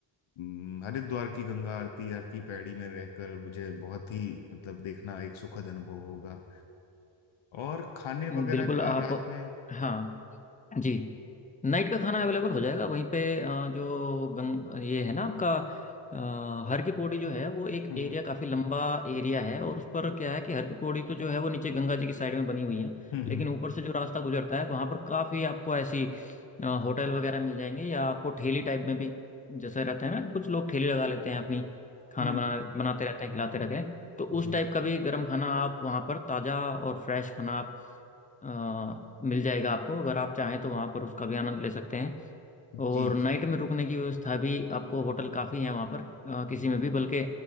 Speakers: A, on the left; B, on the left.
A: हम्म, हरिद्वार की गंगा आरती यार की पैड़ी में रहकर मुझे बहुत ही मतलब देखना एक सुखद अनुभव होगा और खाने वगैरह
B: बिल्कुल
A: का
B: आप
A: रात में
B: हाँ जी नाइट का खाना अवेलेबल हो जाएगा वहीं पे अ, जो गंग ये है ना आपका अ, हर की पौड़ी जो है वो एक
A: हम्म
B: एरिया काफ़ी लंबा एरिया है और उस पर क्या है कि हर की पौड़ी तो जो है वो नीचे गंगा जी की साइड में बनी हुई है
A: हम्म
B: लेकिन
A: हम्म
B: ऊपर से जो रास्ता गुजरता है वहाँ पर काफ़ी आपको ऐसी अ, होटल वगैरह मिल जाएंगे या आपको ठेली टाइप में भी जैसे रहता है ना कुछ लोग ठेली लगा लेते हैं अपनी खाना
A: हम्म
B: बना
A: हम्म, हम्म,
B: बनाते रहते हैं खिलाते रहते हैं तो
A: जी
B: उस टाइप का भी गर्म खाना आप वहाँ पर ताज़ा और फ्रेश खाना आप अ, मिल जाएगा आपको अगर आप चाहें तो वहाँ पर उसका भी आनंद ले सकते हैं और
A: जी
B: नाइट
A: जी
B: में रुकने की व्यवस्था भी आपको होटल काफ़ी है वहाँ पर अ, किसी में भी बल्कि